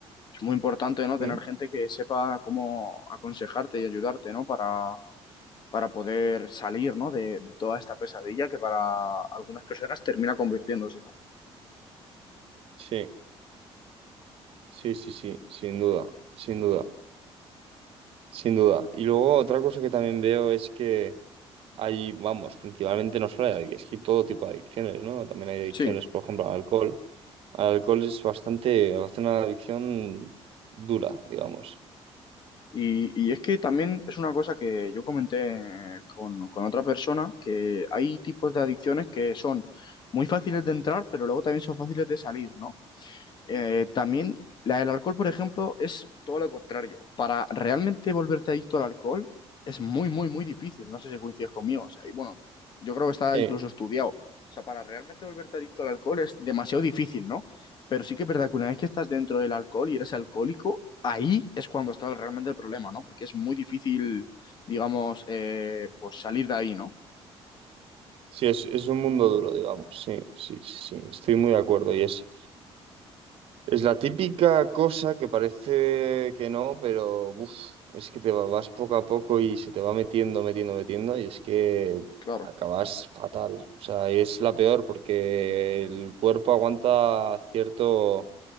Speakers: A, on the left (about 45°); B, on the right (about 60°).
A: es muy importante, ¿no? Tener
B: ¿Mm?
A: gente que sepa cómo aconsejarte y ayudarte, ¿no? Para, para poder salir, ¿no? De, de toda esta pesadilla que para algunas personas termina convirtiéndose, ¿no?
B: Sí, sí, sí, sí, sin duda, sin duda, sin duda. Y luego otra cosa que también veo es que hay, vamos, principalmente no solo hay, adic- es que todo tipo de adicciones, ¿no? También hay adicciones,
A: Sí,
B: por ejemplo, al alcohol Al alcohol es bastante, hace una adicción dura, digamos.
A: Y, y es que también es una cosa que yo comenté con, con otra persona, que hay tipos de adicciones que son muy fáciles de entrar, pero luego también son fáciles de salir, ¿no? Eh, también la del alcohol, por ejemplo, es todo lo contrario. Para realmente volverte adicto al alcohol es muy, muy, muy difícil. No sé si coincides conmigo. O sea, y bueno, yo creo que está
B: Sí,
A: incluso estudiado. O sea, para realmente volverte adicto al alcohol es demasiado difícil, ¿no? Pero sí que es verdad que una vez que estás dentro del alcohol y eres alcohólico, ahí es cuando está realmente el problema, ¿no? Porque es muy difícil, digamos, eh, pues salir de ahí, ¿no?
B: sí, es, es un mundo duro, digamos. Sí, sí, sí, sí, estoy muy de acuerdo. Y es, es la típica cosa que parece que no, pero uf, es que te va- vas poco a poco y se te va metiendo, metiendo, metiendo, y es que
A: Claro.
B: acabas fatal. O sea, y es la peor porque el cuerpo aguanta cierto.